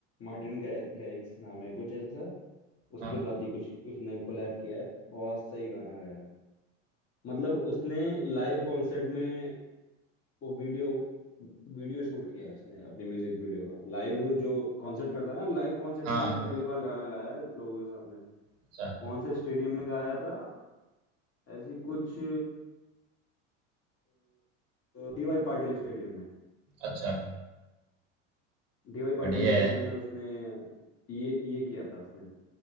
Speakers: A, on the left; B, on the right.
A: मार्टिन गैर- गैरिक्स नाम है कुछ ऐसा उसके
B: हाँ।
A: साथ ही कुछ उसने कोलैब किया है बहुत सही गाना गाया है मतलब उसने लाइव कॉन्सर्ट में वो वीडियो वीडियो शूट किया है उसने अपने म्यूजिक वीडियो का लाइव जो कॉन्सर्ट करता है ना लाइव कॉन्सर्ट
B: हाँ,
A: में उसने पहली बार गाना गाया है लोगों के सामने
B: अच्छा,
A: कौन से स्टेडियम में गाया था ऐसी कुछ डीवाई पाटिल स्टेडियम में
B: अच्छा,
A: डीवाई पाटिल
B: बढ़िया
A: स्टेडियम
B: है। यार।
A: में उसने ये ये किया था उसने